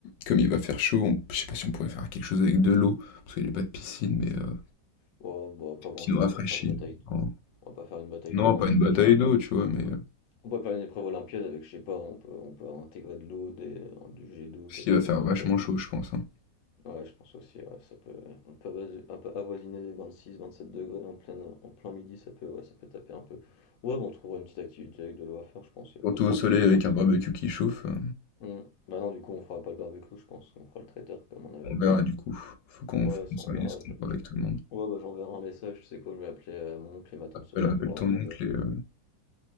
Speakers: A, on the left (about 80°); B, on the left (about 60°).
A: comme il va faire chaud, on- je sais pas si on pourrait faire quelque chose avec de l'eau, parce qu'il n'y a pas de piscine, mais euh,
B: Ouais, bah, pas grand-chose,
A: qui nous rafraîchit.
B: on va pas faire une bataille,
A: Oh.
B: on va pas faire une bataille
A: Non,
B: d'eau,
A: pas
B: hein,
A: une
B: je pense.
A: bataille
B: je t'avoue.
A: d'eau, tu vois, mais. euh,
B: On peut faire une épreuve olympiade avec, je sais pas, on peut, on peut intégrer de l'eau, des, du jet d'eau,
A: Parce
B: quelque
A: qu'il va
B: chose
A: faire
B: comme
A: vachement
B: ça.
A: chaud, je pense. hein.
B: Ouais, je pense aussi, ouais, ça peut, on peut avasi- un peu avoisiner les 26-27 degrés en plein, en plein midi, ça peut, ouais, ça peut taper un peu. Ouais, bon, on trouvera une petite activité avec de l'eau à faire, je pense, il
A: Surtout
B: n'y a pas de,
A: au soleil
B: pas de
A: avec
B: souci.
A: un barbecue qui chauffe. euh,
B: Hmm. Bah non, du coup, on fera pas le barbecue, je pense, on fera le traiteur comme on avait
A: on
B: dit.
A: verra du coup. Faut qu'on
B: Ouais,
A: faut qu'on
B: ça
A: s'organise,
B: on verra.
A: qu'on
B: je-
A: voit avec
B: je-
A: tout le monde.
B: Ouais, bah j'enverrai un message, tu sais quoi, je vais appeler euh, mon oncle et ma tante
A: Appelle,
B: ce soir
A: appelle
B: pour
A: ton
B: leur demander.
A: oncle et, euh,